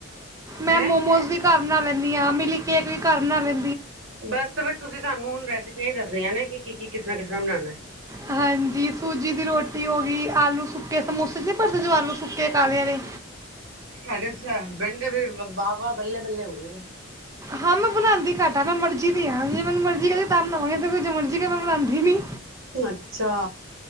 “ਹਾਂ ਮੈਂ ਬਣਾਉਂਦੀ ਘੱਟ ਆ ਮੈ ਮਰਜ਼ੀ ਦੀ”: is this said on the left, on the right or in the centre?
Right